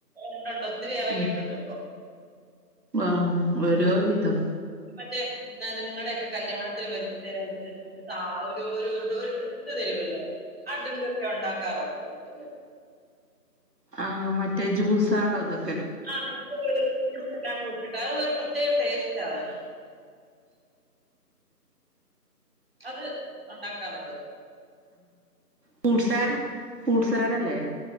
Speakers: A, on the right (about 35°); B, on the right (about 75°).
A: ഉണ്ടുണ്ട് ഒത്തിരി ഇറങ്ങിയിട്ടുണ്ട്
B: ഉം
A: ഇപ്പൊ
B: ആഹ് ഓരോ വിധം
A: <unintelligible> ഞ നിങ്ങടെയൊക്കെ കല്യാണത്തിന് വരുമ്പത്തേന് <unintelligible> ആ ഒരു ഡ്രിങ്ക് തരുവല്ലോ ആ ഡ്രിങ്ക് ക്കെ ഉണ്ടാക്കാറുണ്ടോ വീട്ടില്
B: ആഹ്, മറ്റേ ജൂസാളോ ദ
A: ആഹ് എന്റെ <unintelligible> അത് ഒരു പ്രത്യേക ടേസ്റ്റാണ്. അത് ഉണ്ടാക്കാറുണ്ട്
B: ഫ്രൂട്ട് സാലഡ് ഫ്രൂട്ട് സാലഡല്ലേ